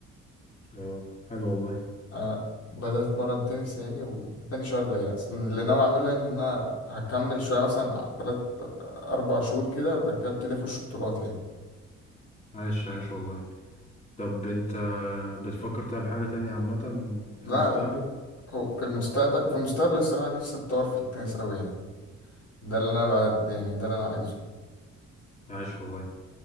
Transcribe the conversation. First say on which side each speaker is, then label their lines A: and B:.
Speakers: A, on the left (about 25°); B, on the left (about 50°).
A: اه حلو والله
B: آه بدأت أتمرن تنس يعني وتاني شهر ليا بس اللي ناوي أعمله يعني إن أنا هكمل شوية مثلا على تلات أربع شهور كده وبعد كده أبتدي أخش بطولات يعني
A: عاش عاش والله طب أنت بتفكر تلعب حاجة تانية عامة في
B: لا
A: المستقبل
B: أنا هو في المستقبل في المستقبل الصراحة نفسي أتطور في التنس أوي يعني ده اللي أنا بقى يعني ده اللي أنا عايزه
A: عاش والله